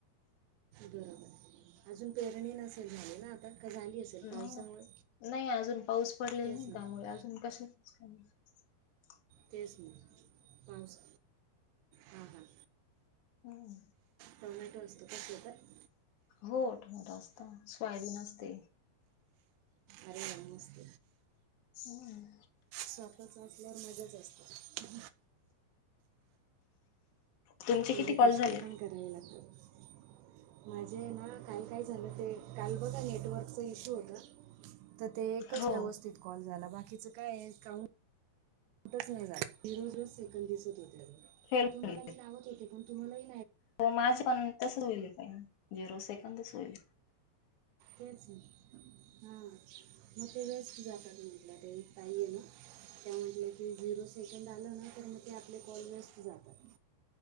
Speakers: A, on the right (about 85°); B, on the left (about 55°).
A: बरोबर अजून पेरणी नसेल झाली ना आता. का झाली असेल
B: नाही
A: पावसामुळे
B: ना नाही अजून पाऊस पडलेला
A: तेच
B: नाही
A: ना
B: त्यामुळे अजून कस <inaudible>
A: तेच ना पाऊस हां हां.
B: हम्म
A: टोमॅटो असतो का शेतात.
B: हो टोमॅटो असत स्वायबी न असते.
A: अरे वा मस्त.
B: हम्म.
A: स्वतःच असल्यावर मजाच असते.
B: तुमचे
A: तेवढे
B: किती कॉल
A: कष्ट
B: झालेत.
A: पण करावे लागतात माझे ना काल काय झालं ते काल बघा नेटवर्कचा इश्यू होता. तर ते एकच
B: हो
A: व्यवस्थित कॉल झाला बाकीच काय आहे काउंट नाही रज रज सेकड दिसत होते
B: फेल
A: तुम्हाला
B: होईल.
A: मी लावत होते पण तुम्हाला <unintelligible>
B: हो माझ्या पण तच होईल काही झिरो सेकंदच होईल.
A: तेच हां मग ते <unintelligible> वेज क जात म्हटलं ते <unintelligible> ते झिरो सेकंड आलं ना तर मग ते आपले कॉल वेस्ट जातात.